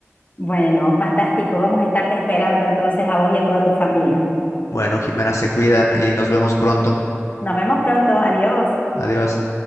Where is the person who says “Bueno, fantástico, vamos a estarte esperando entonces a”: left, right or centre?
Left